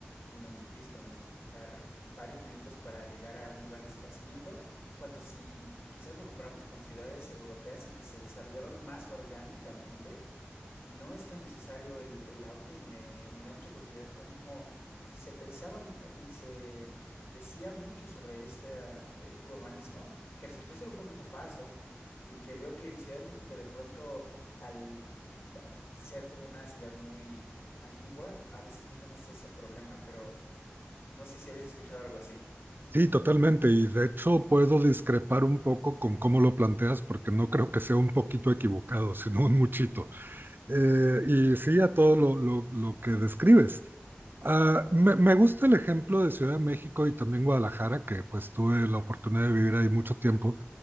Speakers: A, on the left; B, on the right.
A: en donde tienes que manejar varios minutos para llegar a un lugar de esparcimiento cuando si quizás lo comparamos con ciudades europeas y que se desarrollaron más orgánicamente, no es tan necesario el, el auto y me, me da mucha curiosidad cómo se pensaba m- y se decía mucho sobre este ah, eh, urbanismo que resultó ser un poquito falso y que veo que en Ciudad de México de pronto al ah, ser como una ciudad muy antigua, a veces no tenemos ese problema, pero no sé si habéis escuchado algo así.
B: Sí, totalmente. Y de hecho, puedo discrepar un poco con cómo lo planteas, porque no creo que sea un poquito equivocado, sino un muchito. Eh, y sí, a todo lo, lo lo que describes. Ah, me, me gusta el ejemplo de Ciudad de México y también Guadalajara, que pues tuve la oportunidad de vivir ahí mucho tiempo,